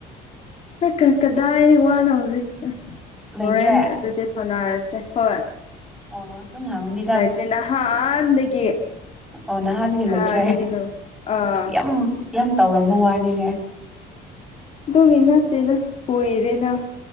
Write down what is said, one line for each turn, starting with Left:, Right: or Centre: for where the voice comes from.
Left: ꯀ ꯀꯗꯥꯏꯗꯩ ꯋꯥꯅꯣ ꯍꯧꯖꯤꯛ
Centre: ꯂꯩꯇ꯭ꯔꯦ
Left: ꯍꯣꯔꯦꯟ ꯑꯗꯨꯗꯤ ꯐꯥꯎꯅꯔꯁꯦ ꯍꯣꯏ
Centre: ꯑꯣ ꯗꯨꯝ ꯍꯥꯎꯅꯤ
Left: ꯂꯩꯇ꯭ꯔꯦ ꯅꯍꯥꯟꯗꯒꯤ
Centre: ꯑꯣ ꯅꯍꯥꯟꯗꯒꯤ
Left: ꯅꯍꯥꯟꯗꯒꯤ
Centre: ꯂꯩꯇ꯭ꯔꯦ
Left: ꯂꯣꯏ ꯑꯥ
Centre: ꯌꯥꯝ ꯌꯥꯝ ꯇꯧꯔꯝꯕꯩ ꯋꯥꯅꯤꯅꯦ
Left: ꯑꯗꯨꯒꯤ ꯅꯠꯇꯦꯗ ꯀꯨꯏꯔꯦꯅ